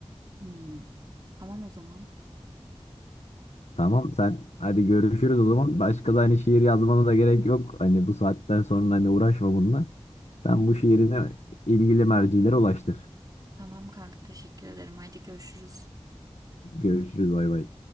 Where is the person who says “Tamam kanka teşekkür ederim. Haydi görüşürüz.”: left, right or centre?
Right